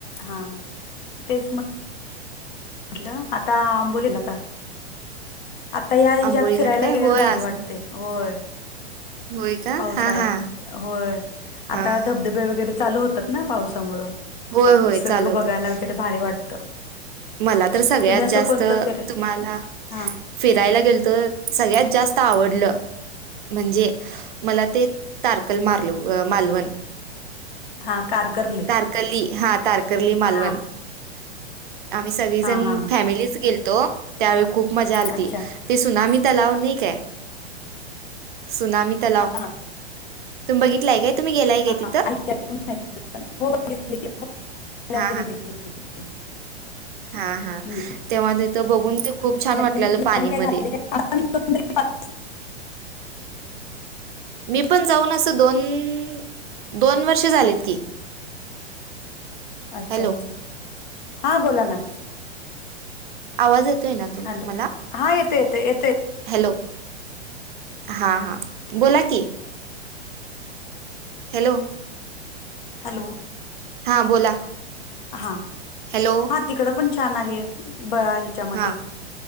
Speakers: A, on the left (about 45°); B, on the right (about 50°).
A: हा तेच मगं. म्हटलं आता आंबोलेला का? आता या दिवसात
B: आंबोळी
A: फिरायला
B: घाट काय?
A: गेलेला
B: होय,
A: भारी
B: असं
A: वाटते
B: म्हणतात.
A: होय.
B: होय का?
A: पावसाळ्यात
B: हां, हां.
A: होय आता
B: हां,
A: धबधबे
B: हां.
A: वगैरे चालू होतात ना पावसामुळं.
B: होय, होय.
A: निसर्ग
B: चालवतात.
A: बघायला वगैरे भारी वाटतं
B: मला तर सगळ्यात
A: तुम्ही असं
B: जास्त
A: कोणतं फिरेल
B: तुम्हाला
A: हा
B: फिरायला गेल तर सगळ्यात जास्त आवड- म्हणजे मला ते तारकल म मालवण.
A: हा. कारकर्ली
B: तारकली हा तारक. कली मालवण
A: हा
B: आम्ही सगळीजण
A: हा हा
B: फॅमिलीच गेलतो. त्यावेळी खूप मजा आलती.
A: अच्छा
B: ते त्सुनामी तलाव नाही काय? सुनामी तलाव
A: हा
B: तुम्ही बघितलं आहे काय? तुम्ही गेलाय
A: <inaudible>
B: काय तिथं
A: <inaudible>
B: हा हा हा हा
A: हम्म.
B: तेव्हा तिथं बघून ते खूप
A: त्याच्या
B: छान
A: नवीन
B: वाटलेलं
A: ठिकाणी
B: पाणी
A: काय झाले
B: मध्ये.
A: काय आता मी दोन तरी <inaudible>
B: मी पण जाऊन असं दोन वर्ष झालेत की.
A: अच्छा
B: हॅलो
A: अच्छा, हा बोला ना.
B: आवाज येतोय ना तु
A: हॅलो
B: मला
A: हा येतो येतो येतोय
B: हॅलो. हा हा, बोला कि. हॅलो?
A: हॅलो?
B: हां बोला.
A: हा
B: हॅलो
A: हा तिकडं पण छान आहे ब ह्याच्यामध्ये-
B: हां